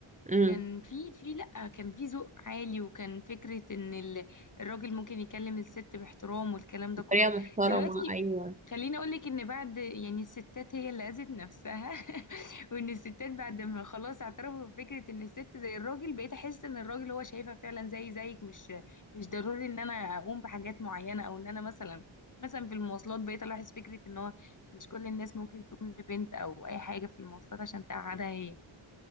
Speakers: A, on the right; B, on the left.
A: امم
B: كان في في لأ كان في ذوق عالي وكان فكرة ان ال- الراجل ممكن يكلم الست باحترام والكلام ده
A: بطريقه
B: كله
A: محترمه
B: دلوقتي
A: ايوه
B: خليني اقولك ان بعد يعني الستات هي اللي اذت نفسها <laughs> وان الستات بعد ما خلاص اعترفوا بفكرة ان الست زي الراجل بقيت احس ان الراجل هو شايفها فعلا زي زيك مش مش ضروري ان انا اقوم بحاجات معينة او ان انا مثلا مثلا في المواصلات بقيت الاحظ فكرة ان هو مش كل الناس ممكن تقوم لبنت او اي حاجة في المواصلات عشان تقعدها هي